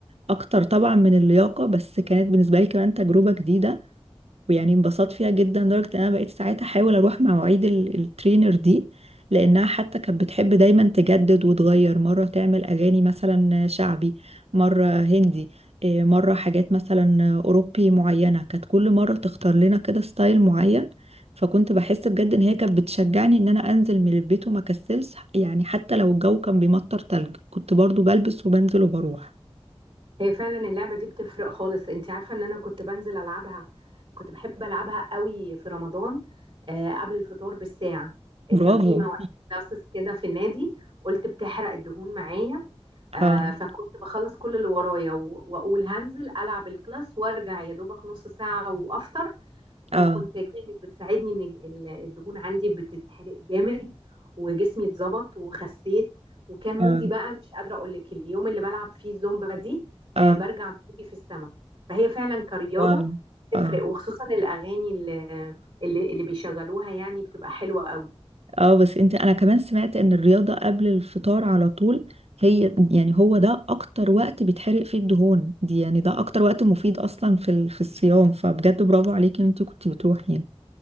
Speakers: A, on the right; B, on the right.
A: أكتر طبعا من اللياقة بس كانت بالنسبة لي كمان تجربة جديدة ويعني انبسطت فيها جدا لدرجة ان انا بقيت ساعتها احاول اروح مع مواعيد ال- الترينر دي لانها حتى كانت بتحب دايما تجدد وتغير مرة تعمل اغاني مثلا شعبي مرة هندي إيه، مرة حاجات مثلا اوروبي معينة كانت كل مرة تختار لنا كده ستايل معين فكنت بحس بجد ان هي كانت بتشجعني ان انا انزل من البيت وما كسلش يعني حتى لو الجو كان بيمطر تلج كنت برضو بلبس وبنزل وبروح
B: هي فعلا اللعبة دي بتفرق خالص انت عارفة ان انا كنت بنزل العبها كنت بحب العبها قوي في رمضان آه، قبل الفطار بالساعة آه،
A: برافو
B: كان في مواعيد كلاسز كده في النادي قلت بتحرق الدهون معايا آه،
A: اه
B: فكنت بخلص كل اللي ورايا و- واقول هنزل العب الكلاس وارجع يا دوبك نص ساعة وافطر فكنت
A: اه
B: كانت بتساعدني ان ال- الدهون عندي بتتحرق جامد وجسمي اتظبط وخسيت وكان مودي
A: اه
B: بقى مش قادره اقول لك اليوم اللي بلعب فيه الزومبا دي
A: اه
B: آه برجع مودي في السما فهي فعلا كرياضه
A: واو
B: تفرق
A: اه
B: وخصوصا الاغاني اللي اللي, اللي بيشغلوها يعني بتبقى حلوه قوي
A: اه بس انت انا كمان سمعت ان الرياضة قبل الفطار على طول هي يعني هو ده اكتر وقت بيتحرق فيه الدهون دي يعني ده اكتر وقت مفيد اصلا في ال... في الصيام فبجد برافو عليكي ان انت كنت بتروحي يعني